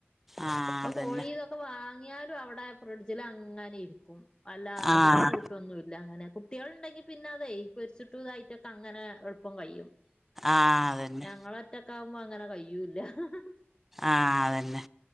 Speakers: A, in the centre; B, on the left.
A: ആഹ്
B: ഇപ്പൊ
A: അതന്നെ
B: കോഴി തൊക്കെ വാങ്ങിയാലും അവടെ ഫ്രിഡ്ജിലങ്ങനെ ഇര്ക്കും. അല്ല അധികം
A: ആഹ്
B: കൂ ഒന്നൂല്ല. ങ്ങനെ കുട്ട്യേൾണ്ടെങ്കി പിന്നെതെയ് ഈ പൊരിച്ചിട്ടുതായിട്ടൊക്കെ അങ്ങനെ എൾപ്പം കയും.
A: ആഹ് അതന്നെ
B: ഞങ്ങളൊറ്റക്കാവുമ്പോ അങ്ങനെകയ്യൂല്ല്യ. ഹ ഹ ഹ
A: ആഹ്, അതന്നെ.